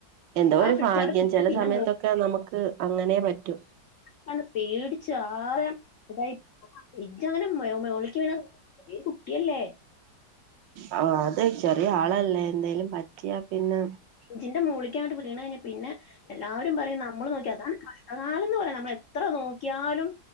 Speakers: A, on the right; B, on the left.
A: എന്തോ
B: ആ
A: ഒരു
B: ഫ്രിഡ്ജ്
A: ഭാഗ്യം
B: അവിടെ വീണ്
A: ചില
B: പിന്നെ
A: സമയത്തൊക്കെ നമുക്ക് അങ്ങനെ പറ്റും
B: ഞാൻ പേടിച്ചു <unintelligible> യോ മോളക്ക് വീണ ചെറിയ കുട്ടിയല്ലേ.
A: ആഹ് അത് ചെറിയ ആളല്ലേ എന്തേലും പറ്റിയ പിന്നെ
B: ജിന്റെ മോൾക്കാട്ട് വീണഴിഞ്ഞ പിന്നെ എല്ലാരും പറിം നമ്മള് നോക്കി അതാണ് കാ ആളന്ന് പറഞ്ഞ നമ്മൾ എത്ര നോക്കിയാലും